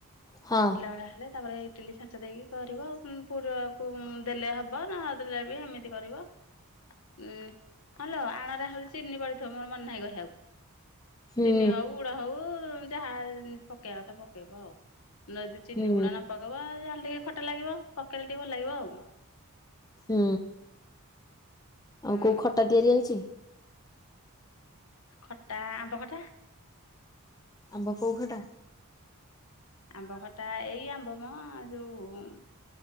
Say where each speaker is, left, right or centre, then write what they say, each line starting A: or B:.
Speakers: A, on the left; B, on the left.
A: ହଁ।
B: ଫୁଲିଲା ଭଳିଆ ହେଲେ ତାପରେ ଇଟିଲି ଛାଞ୍ଚ ଦେଇକି କରିବ ଆଉ ଉଁ ପୁରକୁ ଉମ୍ ଦେଲେ ହବ ନ ଦେଲେ ବି ଏମି ତି କରିବ। ଉଁ ହଁଲୋ ଆଣରେ ଆହୁରି ଚିନି ପଡିଥିବ ମୋର ମନେ ନାହିଁ କହିବାକୁ।
A: ହୁଁ
B: ଚିନି ହୋଉ ଗୁଡ ହୋଉ ଯାହା ଏନ୍ ପକେଇବା କଥା ପକେଇବ ଆଉ। ନା ଯଦି ଚିନି
A: ହୁଁ
B: ଗୁଡ ନପକେଇବ ଯାହେଲେ ଟିକେ ଖଟା ଲାଗିବ ପକେଇଦେଲେ ଟିକେ ଭଲ ଲାଗିବ ଆଉ।
A: ହୁଁ
B: ହୁଁ
A: ଆଉ କୋଉ ଖଟା ତିଆରି ଆଇଚି?
B: ଖଟା ଆମ୍ବଖଟା।
A: ଆମ୍ବ କୋଉ ଖଟା?
B: ଆମ୍ବଖଟା ଏଇ ଆମ୍ବ ମ ଯୋଉ ଉମ୍